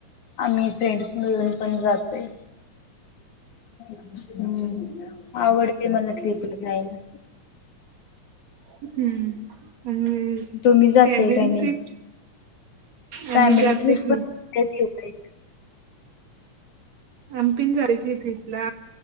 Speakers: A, on the left (about 70°); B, on the right (about 60°).
A: आम्ही फ्रेंड्स मिळून पण जातोय. हम्म. आवडते मला ट्रीपला जायला.
B: हम्म, आणि
A: तुम्ही जाताय
B: फॅमिली
A: का नाही?
B: ट्रिप? आम्ही
A: फॅमिली
B: जातो
A: ट्रिप
B: की
A: पण <unintelligible>
B: आम्ही पण जायचंय ट्रीपला,